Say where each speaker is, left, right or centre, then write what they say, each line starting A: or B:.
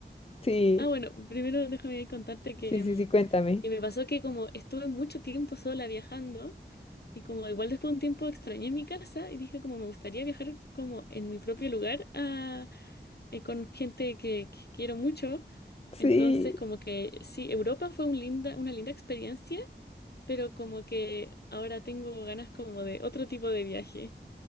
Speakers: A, on the left; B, on the left.
A: Sí,
B: Ah, bueno, primero déjame ahí contarte que,
A: sí, sí,
B: mm,
A: sí, cuéntame.
B: que me pasó que como estuve mucho tiempo sola viajando y como igual después de un tiempo extrañé mi casa y dije como me gustaría viajar como en mi propio lugar a- eh, con gente que, que quiero mucho.
A: Sí,
B: Entonces como que sí, Europa fue un linda, una linda experiencia pero como que ahora tengo ganas como de otro tipo de viaje.